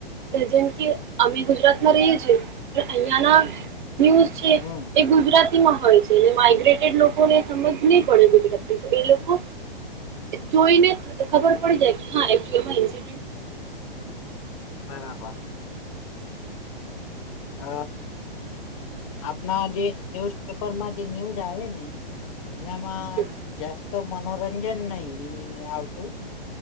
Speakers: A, on the right; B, on the left.
A: જેમ કે અમે ગુજરાતમાં રહીએ છીએ પણ અહિયાં ના ન્યૂઝ છે.
B: હમ <unintelligible>
A: એ ગુજરાતીમાં હોય છે, એલે માઇગ્રેટેડ લોકોને સમજ નહીં પડે ગુજરાતી તો એ લોકો જોઈને ખબર પડી જાય કે હા એકચુલીમાં ઇન્સિડેન્ટ
B: બરાબર- હ આપણા જે ન્યુઝપેપરમાં જે ન્યુઝ આવે ને- એનામાં
A: હમ
B: જાસ્ત મનોરંજન નહિ આવતું-